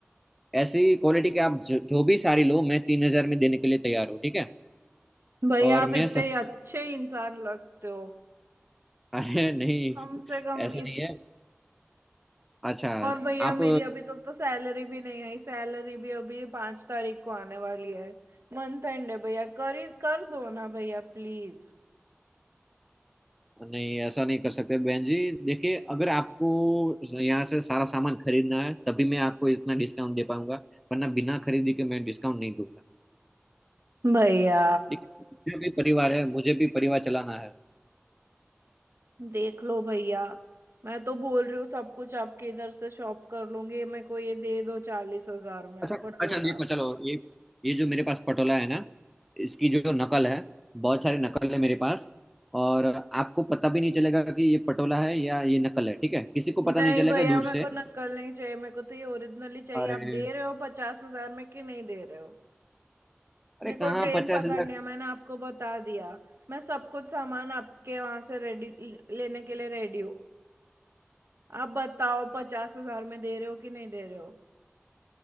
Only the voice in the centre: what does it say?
ऐसी क्वालिटी के आप जो, जो भी सारी लो मैं तीन हजार में देने के लिए तैयार हूँ ठीक है
और
मैं सस्ता
<laughs> अरे नहीं
ऐसा नहीं
है अच्छा
आप
नहीं ऐसा नहीं कर सकते बहन जी देखिए अगर आपको यहाँ से सारा सामान खरीदना है तभी मैं आपको इतना डिस्काउंट दे पाऊंगा वरना बिना खरीदी के मैं डिस्काउंट नहीं दूंगा
ठीक है? मुझे भी परिवार है मुझे भी परिवार चलाना है
अच्छा
अच्छा देखो चलो ये ये जो मेरे पास पटोला है ना इसकी जो नकल है बहुत सारी नकल है मेरे पास और आपको पता भी नहीं चलेगा कि ये पटोला है या ये नकल है ठीक है किसी को
पता नहीं चलेगा
दूर
से
अरे
अरे
कहाँ
पचास
हजार